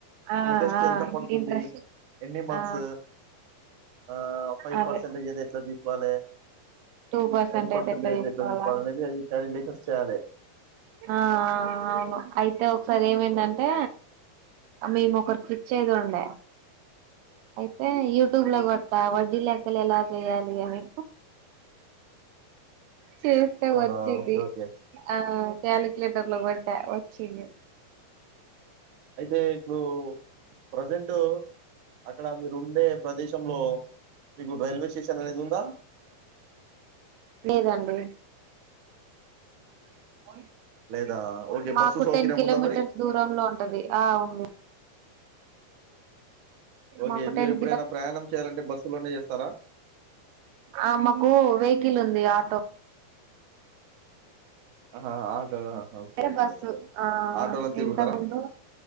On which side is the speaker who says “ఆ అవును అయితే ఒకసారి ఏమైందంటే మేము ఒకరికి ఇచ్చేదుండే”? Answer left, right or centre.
Right